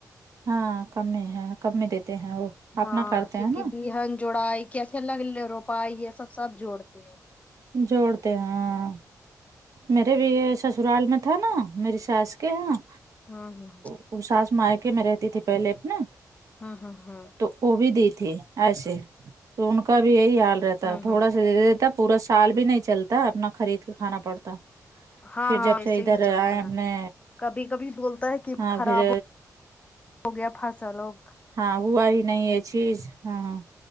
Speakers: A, on the right (about 60°); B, on the left (about 20°).
A: ہاں کم میں ہے کم میں دیتے ہیں وہ اپنا
B: ہاں
A: کرتے
B: کیونکہ
A: ہیں نا
B: بہن جوڑائی کیسے الگ روپائی یہ سب سب جوڑتے ہیں
A: جوڑتے ہاں میرے بھی یہ سسرال میں تھا نا میری ساس کے یہاں
B: ہاں ہاں ہاں
A: او ساس مائکے میں رہتی تھی پہلے اپنے
B: ہوں ہ ہوں
A: تو وہ بھی دئیے تھے ایسے تو ان کا بھی یہی حال رہتا
B: ہوں
A: تھوڑا
B: ہوں
A: سا دے دیتا پورا سال بھی نہیں چلتا اپنا خرید کے کھانا پڑتا
B: ہاں
A: پھر
B: ہاں
A: جب
B: ایسے
A: سے ادھر
B: ہی چلتا
A: آئے اپنے
B: ہے کبھی کبھی بولتا ہے کہ
A: ہاں
B: خراب
A: پھر
B: ہو گیا پھاسا لوگ
A: ہاں ہوا ہی نہیں ہے چیز ہاں ہاں